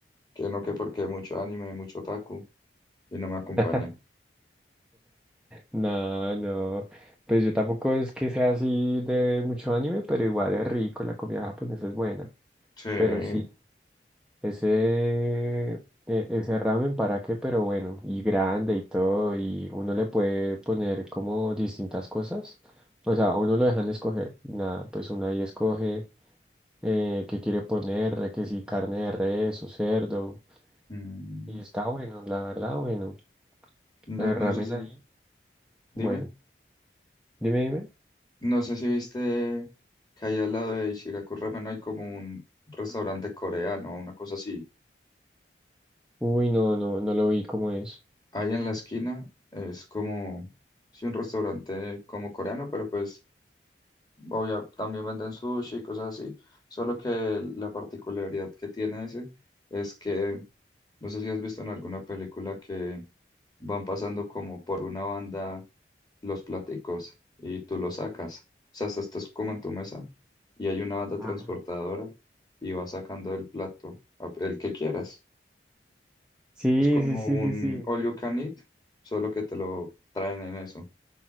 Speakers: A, on the left; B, in the centre.
A: que no, que porque hay mucho anime, mucho otaku, y no me acompañan.
B: <laughs> no, no. Pues yo tampoco es que sea así de ver mucho anime, pero igual es rico, la comida japonesa es buena.
A: Sí.
B: Pero sí, ese, e- ese ramen para qué, pero bueno, y grande y todo, y uno le puede poner como distintas cosas. O sea, a uno lo dejan escoger. Nada, pues uno ahí escoge. eh, qué quiere ponerle, que si carne de res o cerdo.
A: Mm,
B: Y está bueno, la verdad, bueno.
A: No,
B: El
A: no
B: ramen
A: sé si,
B: ahí,
A: dime,
B: bueno. Dime, dime.
A: no sé si viste que ahí al lado de Ichiraku Ramen hay como un restaurante coreano, una cosa así.
B: Uy, no, no, no lo vi como es.
A: Ahí en la esquina es como, sí, un restaurante como coreano, pero pues obvio también venden sushi y cosas así, solo que la particularidad que tiene ese es que, no sé si has visto en alguna película que van pasando como por una banda los platicos y tú los sacas, o sea, estás, estás como en tu mesa y hay una banda
B: Ah,
A: transportadora y vas sacando el plato, a- el que quieras.
B: sí,
A: Es como
B: sí, sí,
A: un
B: sí, sí.
A: all you can eat, solo que te lo traen en eso.